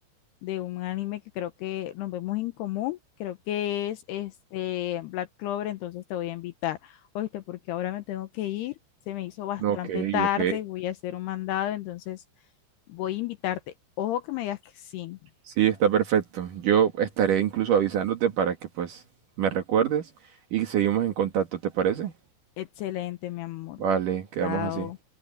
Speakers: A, on the left; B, on the right.
A: de un anime que creo que nos vemos en común. Creo que es este Black Clover, entonces te voy a invitar. Oíste, porque ahora me tengo que ir. Se me hizo bastante
B: No, Ok,
A: tarde,
B: ok.
A: voy a hacer un mandado, entonces voy a invitarte. Ojo que me digas que sí.
B: Sí, está perfecto. Yo estaré incluso avisándote para que pues me recuerdes y seguimos en contacto, ¿te parece?
A: Excelente, mi amor.
B: Vale, quedamos
A: Chao.
B: así.